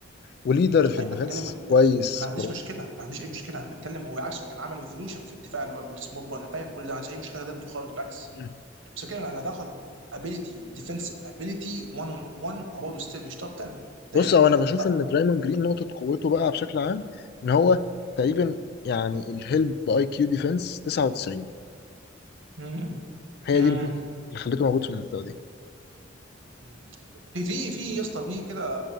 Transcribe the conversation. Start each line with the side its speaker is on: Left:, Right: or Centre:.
Left: وليدر في
Right: اي
Left: الديفense
Right: انا بتكلم ب-
Left: كويس
Right: ما
Left: خرافي
Right: عنديش مشكله ما عنديش اي مشكله انا بتكلم هو عكسه كان عمل ريفولوشن في الدفاع اللي هو السمول بول انا فاهم كل ده ما عنديش اي مشكله ضده خالص بالعكس
Left: مم.
Right: بس بتكلم انا هتاخد ابيليتي ديفنسيف ابيليتي 1 اون 1 هو برضه ستيل مش توب 10 تاريخيا
Left: بص هو انا بشوف
Right: اعتقد
Left: ان درايموند جرين نقطه قوته بقى بشكل عام ان هو تقريبا يعني الهيلب اي كيو ديفense 99
Right: امم
Left: هي
Right: امم
Left: دي البوينت اللي خليته موجود في المنطقه دي
Right: مم. في في في يا اسطى في كده